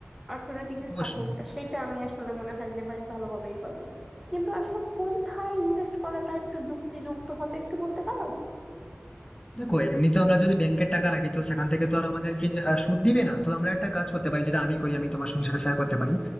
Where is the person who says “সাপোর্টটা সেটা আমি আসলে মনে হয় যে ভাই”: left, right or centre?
Centre